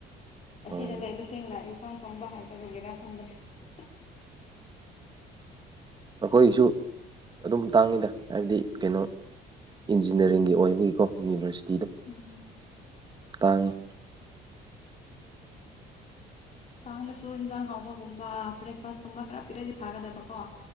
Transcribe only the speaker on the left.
ꯑꯁꯤꯗ ꯂꯩꯕꯁꯤꯡꯅ ꯏꯟꯁꯥꯡ ꯊꯣꯡꯕ ꯍꯥꯏꯗꯕꯒꯤꯔꯥ ꯈꯪꯗ꯭ꯔꯦ
ꯎꯝ
ꯇꯥꯡꯅꯁꯨ ꯏꯟꯖꯥꯡ ꯍꯥꯎꯕꯒꯨꯝꯕ ꯕ꯭ꯔꯦꯛꯐꯥꯁꯀꯨꯝꯕ ꯈꯔ ꯄꯤꯔꯗꯤ ꯐꯥꯒꯗꯕꯀꯣ